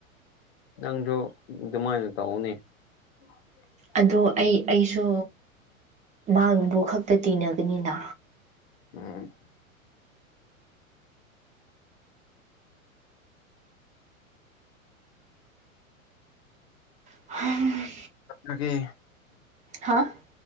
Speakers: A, on the left (about 50°); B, on the right (about 15°).
A: ꯅꯪꯗꯨ ꯑꯗꯨꯃꯥꯏꯅ ꯇꯧꯅꯦ <inaudible>
B: ꯑꯗꯣ ꯑꯩ ꯑꯩꯁꯨ ꯃꯥꯕꯨ ꯈꯛꯇ ꯇꯤꯟꯅꯒꯅꯤꯅ
A: ꯎꯝ
B: ꯍꯨꯝꯝ
A: ꯑꯗꯒꯤ
B: ꯍꯥꯥ